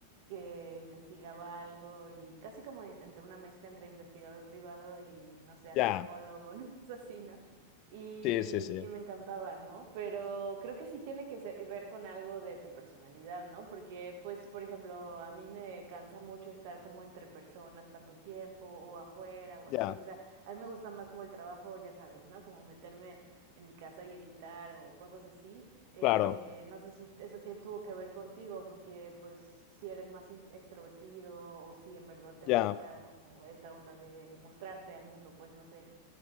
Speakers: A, on the right (about 50°); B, on the left (about 40°).
A: que investigaba algo y casi como en- entre una mezcla entre investigador privado y, no sé, antropólogo,
B: Ya,
A: <laughs> una cosa así, ¿no? y,
B: sí, sí, sí,
A: y me encantaba, ¿no? Pero creo que sí tiene que se- ver con algo de tu personalidad, ¿no? Porque, pues, por ejemplo, a mí me cansa mucho estar como entre personas tanto tiempo o afuera o
B: ya,
A: así, o sea, a mí me gusta más como el trabajo, ya sabes, ¿no? Como meterme en mi casa y editar o cosas así. Eh,
B: claro,
A: no sé si eso tie- tuvo que ver contigo, porque, pues, si eres más in- extrovertido o si en verdad te
B: ya.
A: gusta como esta onda de mostrarte al mundo, pues, no sé.